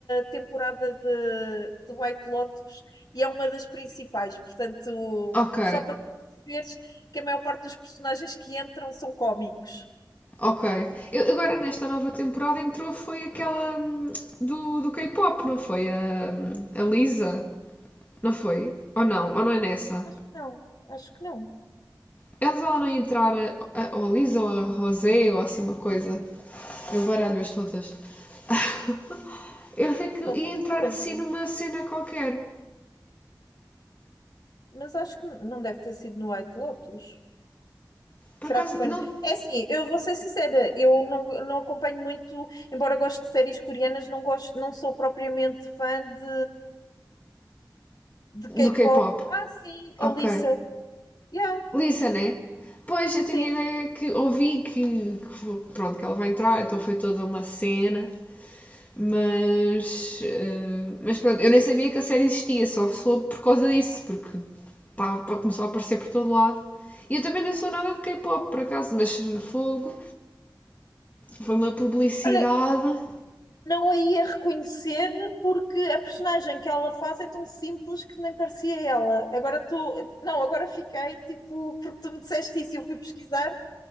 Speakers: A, on the left; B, on the left.
A: temporada de, de White Lotus e é uma das principais. Portanto,
B: Ok,
A: só para tu perceberes que a maior parte dos personagens que entram são cómicos.
B: ok. Eu- agora nesta nova temporada entrou foi aquela hum, do, do K-pop, não foi? A, a Lisa, não foi? Ou não? Ou não é
A: Eh,
B: nessa?
A: Acho que não, acho que não.
B: Elas ela não ia entrar a, a, ou a Lisa ou a Rosé ou assim uma coisa. Eu baralho-as todas. <laughs> Eu sei que
A: Uma
B: ia
A: boa
B: entrar
A: pergunta,
B: assim numa cena qualquer.
A: mas acho que não deve ter sido no White Lotus.
B: Por
A: Será
B: acaso,
A: que foi?
B: não.
A: no- É assim, eu vou ser sincera, eu não, não acompanho muito, embora goste de séries coreanas, não gosto, não sou propriamente fã de, de K-pop.
B: Do K-pop.
A: Ah, sim,
B: Ok.
A: a Lisa. Yeah,
B: Lisa, né? Pois, eu
A: sim.
B: tinha a ideia que ouvi que, que fo- pronto, que ela vai entrar, então foi toda uma cena. Mas, eh, mas pronto, eu nem sabia que a série existia, só soube por causa disso, porque pá, pá, começou a aparecer por todo lado. E eu também não sou nada de K-pop, por acaso, mas fogo, foi uma publicidade.
A: Olha, não a ia reconhecer porque a personagem que ela faz é tão simples que nem parecia ela. Agora estou. Não, agora fiquei tipo, porque tu me disseste isso e eu fui pesquisar,